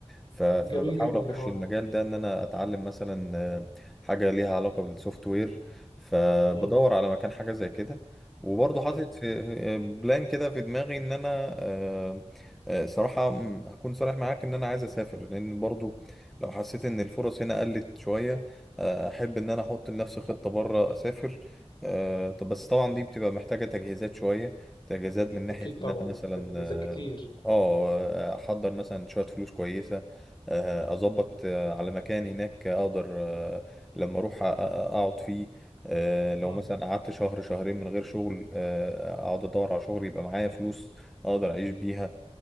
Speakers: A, in the centre; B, on the left.
A: ف- فبحاول
B: جميل جدا
A: اخش
B: الحوار
A: المجال ده ان انا اتعلم مثلا آه، حاجه ليها علاقه بالسوفت وير فبدور
B: ده
A: على مكان حاجه زي كده وبرضه حاطط
B: مم.
A: في في- بلان كده في دماغي ان انا آه، آه، صراحه م، اكون صريح معاك ان انا عايز اسافر لان برضه لو حسيت ان الفرص هنا قلت شويه آه، احب ان انا احط لنفسي خطه بره اسافر آه، طب بس طبعا دي بتبقى محتاجه تجهيزات شويه تجهيزات من ناحيه
B: اكيد طبعا
A: ان انا مثلا
B: تجهيزات كتير
A: اه احضر مثلا شويه فلوس كويسه آه، اظبط آه، على مكان هناك اقدر آه، لما اروح أ- أ- اقعد فيه آه، لو
B: مم.
A: مثلا قعدت شهر شهرين من غير شغل آه، اقعد ادور على شغل يبقى معايا فلوس اقدر اعيش بيها